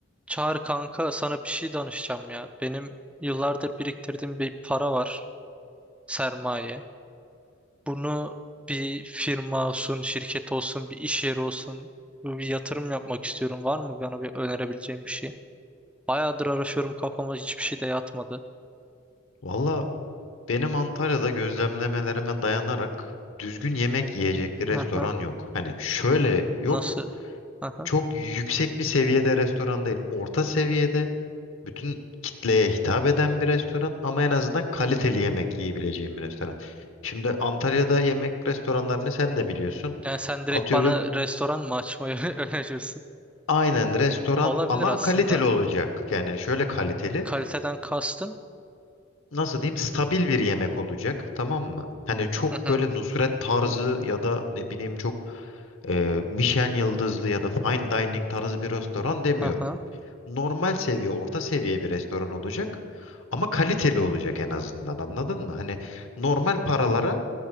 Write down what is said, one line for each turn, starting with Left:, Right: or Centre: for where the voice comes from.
Centre: Çağır kanka sana bir şey danışacağım ya. Benim yıllardır biriktirdiğim bir para var, sermaye. Bunu bir firma olsun, şirket olsun, bir iş yeri olsun bir yatırım yapmak istiyorum. Var mı bana bir önerebileceğin bir şey? Bayağıdır araşıyorum kafama hiçbir şey de yatmadı.
Left: Valla benim Antalya'da gözlemlemelerime dayanarak düzgün yemek yiyecek bir restoran
Centre: Hı hı.
Left: yok. Hani şöyle yok.
Centre: Nasıl? Hı hı.
Left: Çok yüksek bir seviyede restoran değil. Orta seviyede bütün kitleye hitap eden bir restoran ama en azından kaliteli yemek yiyebileceğim bir restoran. Şimdi Antalya'da yemek restoranlarını sen de biliyorsun.
Centre: Yani sen direkt
Left: Atıyorum
Centre: bana
Left: bir-
Centre: restoran mı açmayı <laughs> öneriyorsun?
Left: aynen restoran
Centre: Olabilir
Left: ama
Centre: aslında.
Left: kaliteli olacak. Yani şöyle kaliteli.
Centre: Kaliteden kastın.
Left: nasıl diyeyim stabil bir yemek olacak tamam mı? Hani çok
Centre: Hı hı.
Left: böyle Nusret tarzı ya da ne bileyim çok e, Michelin yıldızlı ya da fine dining tarzı bir restoran demiyorum.
Centre: Hı hı.
Left: Normal seviye, orta seviye bir restoran olacak ama kaliteli olacak en azından anladın mı? Hani normal paralara